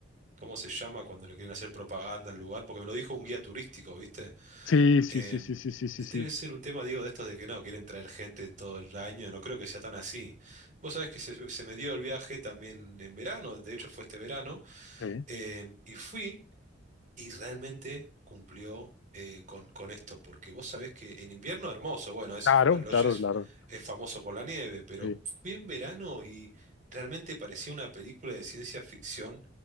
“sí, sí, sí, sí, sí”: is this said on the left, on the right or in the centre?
Left